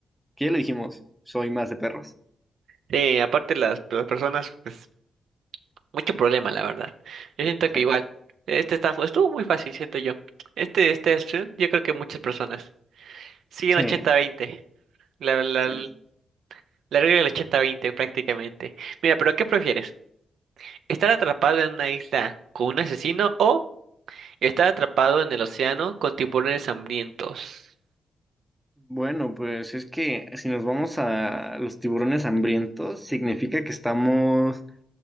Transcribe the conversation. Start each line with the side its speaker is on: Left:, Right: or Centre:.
Centre: que ya lo dijimos, soy más de perros.
Right: Sí, aparte las, las personas, pues. mucho problema, la verdad. Yo siento que
Centre: Sí,
Right: igual, este está, fu- estuvo muy fácil, siento yo. Este, este opción, yo creo que muchas personas siguen
Centre: sí.
Right: 80-20. La, la,
Centre: sí.
Right: la regla del 80-20 prácticamente. Mira, pero ¿qué prefieres? ¿Estar atrapado en una isla con un asesino o estar atrapado en el océano con tiburones hambrientos?
Centre: Bueno, pues es que si nos vamos a los tiburones hambrientos, significa que estamos